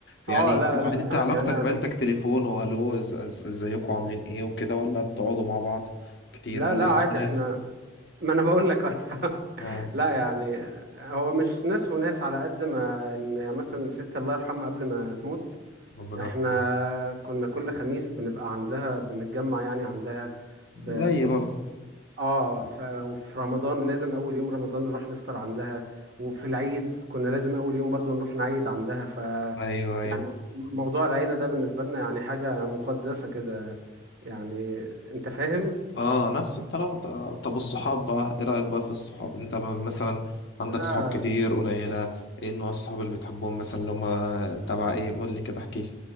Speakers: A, on the left; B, on the right.
A: يعني
B: اه لا
A: يعني
B: لا
A: انت علاقتك
B: يعني انا
A: بعيلتك تليفون والو إز- إز- ازيكم عاملين ايه وكده ولا بتقعدوا مع بعض كتير
B: لا
A: ولا
B: لا عادي
A: ناس وناس
B: احنا <laughs> ما انا بقول لك <laughs> اه يا عم.
A: اه
B: لا يعني هو مش ناس وناس على قد ما ان يعني مثلا ست الله يرحمها قبل ما تموت
A: ربنا
B: احنا
A: يرحمه
B: كنا كل خميس بنبقى عندها بنتجمع يعني عندها ب...
A: زيي برضه
B: اه ف... وفي رمضان لازم اول يوم رمضان نروح نفطر عندها وفي العيد كنا لازم اول يوم برضو نروح نعيد عندها ف
A: ايوه ايوه
B: يعني موضوع العيلة ده بالنسبة لنا يعني حاجة مقدسة كده يعني انت فاهم
A: اه نفس الطلب آه، طب الصحاب بقى ايه رأيك بقى في الصحاب انت م- مثلا عندك
B: لا
A: صحاب كتير قليلة ايه نوع الصحاب اللي بتحبهم مثلا اللي هما تبع ايه قول لي كده احكي لي